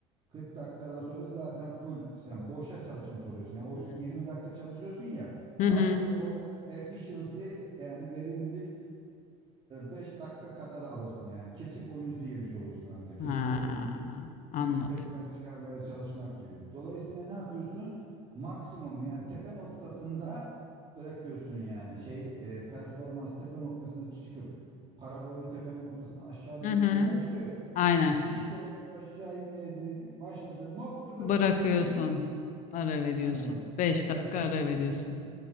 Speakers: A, on the right (about 35°); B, on the left (about 55°).
A: 40 dakikadan sonra zaten full sen boşa çalışmış oluyorsun. Yani o
B: Hmm.
A: 20 dakika çalışıyorsun ya
B: Hı
A: aslında
B: hı.
A: orada da efficiency yani verimlilik 5 dakika kadar alırsın yani. Keçi boynuzu yemiş olursun ancak. Keçi
B: Ha,
A: boynuzundan
B: anladım.
A: pekmez çıkarmaya çalışmak gibi. Dolayısıyla ne yapıyorsun? Maksimum yani tepe noktasında bırakıyorsun yani. Şey e, performans tepe noktasında çıkıp parabolün tepe noktasına aşağı doğru
B: Hı hı.
A: inmeye başlıyor ya.
B: Aynen.
A: İşte o aşağı inmeye de- başladığı noktada
B: Bırakıyorsun.
A: bırakacaksın.
B: Ara veriyorsun.
A: Aynen.
B: beş
A: Tekrar
B: dakika
A: sıfırlıyorsun.
B: ara veriyorsun.